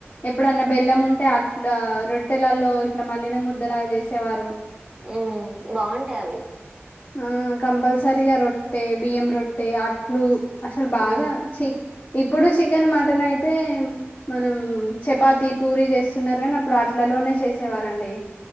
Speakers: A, on the left (about 40°); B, on the right (about 25°).
A: ఎప్పుడన్నా బెల్లం ఉంటే అట్లా రొట్టెలలో ఇట్లా మళ్లిన ముద్దలా చేసేవారు
B: హ్మ్ బాగుంటాయి అవి
A: ఆ కంపల్సరిగా రొట్టె బియ్యం రొట్టె అట్లు అసలు బాగా
B: ఉమ్
A: చె ఇప్పుడు చికెన్ మటన్ అయితే మనం చపాతి పూరి చేస్తున్నారు కానీ అప్పుడు అట్లలో లోనే చేసేవారండి